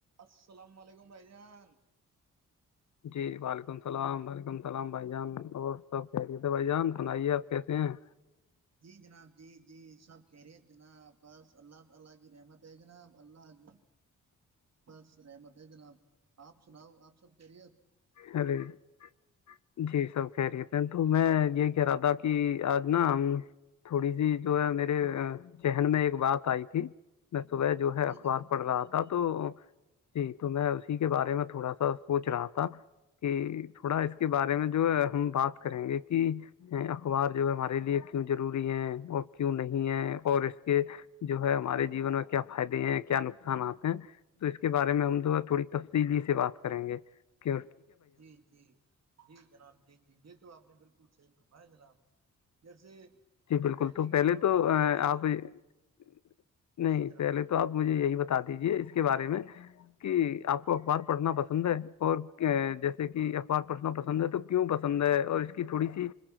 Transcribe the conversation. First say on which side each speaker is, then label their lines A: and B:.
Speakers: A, on the right; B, on the left.
A: السلام علیکم بھائی جان
B: ج جی وعلیکم السلام وعلیکم السلام بھائی جان اور سب خہرییے تھے بھائی جان سنائیے آپ کیسے ہیں
A: جی جناب جی جی سب خیریت جناب بس اللہ تعالی کی رحمت ہے جناب اللہ ال بس رحمت ہے جناب آپ سناؤ آپ سب کہہرییے
B: ہ ل <unintelligible> جی سب کہہ رہے تھے تو میں یہ کہہ رہا تھا کہ آج نا ہم تھوڑی سی جو ہے میرے چہن میں ایک بات آئی تھی میں صبح جو ہے
A: جی
B: اخبار
A: جناب
B: پڑھ رہا تھا تو جی تو میں اسی کے بارے میں تھوڑا سا سوچ رہا تھا کہ تھوڑا اس کے بارے میں جو ہم بات کریں گے کہ اخبار جو ہے ہمارے لیے کیوں ضروری ہے اور کیوں نہیں ہے اور اس کے جو ہے ہمارے جیون میں کیا فائدے ہیں کیا نقصاناتتے ہیں تو اس کے بارے میں ہما تھوڑی تفصیلی سے بات کریں گے کہ
A: جی جی جی جناب جی جی یہ تو آپ نے بالکل صحیح فرمایا جناب جیسے
B: جی
A: جو
B: بالکل تو
A: کے
B: پہلے
A: جو لوگ
B: تو
A: ہوتے تھے
B: آپ نہیں
A: جی جناب
B: پہلے
A: بولیے
B: تو آپ
A: فرمائیے
B: مجھے یہی بتا د دیجیے اس کے بارے میں کہ آپ کو اخبار پڑھنا پسند ہے اور جیسے کہ اخبار سنا پسند ہے تو کیوں پسند ہے اور اس کی تھوڑی سی